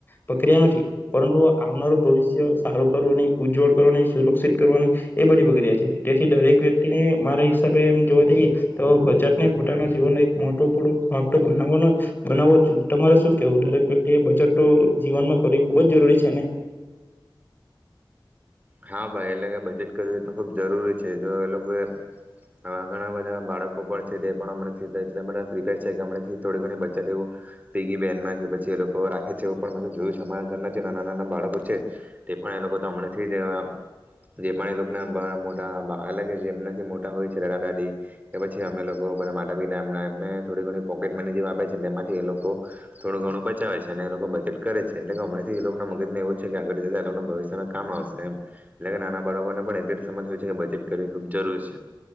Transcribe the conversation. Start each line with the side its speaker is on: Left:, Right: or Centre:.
Left: પ્રક્રિયા નથી પરંતુ આવનારું ભવિષ્ય સારું કરવુંની ઉજ્જવળ કરવાની સુરક્ષિત કરવાની એ બધી પ્રક્રિયા છે તેથી દરેક વ્યક્તિને મારા હિસાબે એમ જોવા જઈએ તો બજટને પોતાના જીવનનો એક મોટો પોળો ભાગ તો બનાવવાનો બનાવો જોઈએ તમારે શું કેવું દરેક વ્યક્તિ એ બચતતો જીવનમાં કરવી ખૂબ જ જરૂરી છે ને
Right: હા ભાઈ એટલે કે બચત કરવી તો ખૂબ જરૂરી છે જો એ લોકોએ અ ઘણા બધા બાળકો પણ છે તે પણ હમણાથી એટલે બધા પ્રીપેર છે કે હમણાં થોડી ઘણી બચત એવો પેગી બેનમાં કે પછી એ લોકો રાખે છે એવું પણ મે તો જોયું અમારા ઘરના જે નાના નાના બાળકો છે તે પણ એ લોકોતો અમણેથી જ જે જે પણ એ લોકોના <unintelligible> જે એમનાથી મોટા હોય છે દાદા દાદી એ પછી અમે લોકો બધા માતા પિતા એમના એમને થોડી ઘણી પોકેટ મની જે વાપે છે તેમાંથી એ લોકો થોડું ઘણું બચાવે છે અને એ લોકો બચત કરે છે એટલે કે હમણેથી એ લોકોના મગજને એવું છે કે આગળ જતા એ લોકો ભવિષ્યમાં કામ આવશે એટલે કે નાના બાળકોને પણ એટલી સમજ હોય છે કે બચત કરવી ખુબ જરૂર છે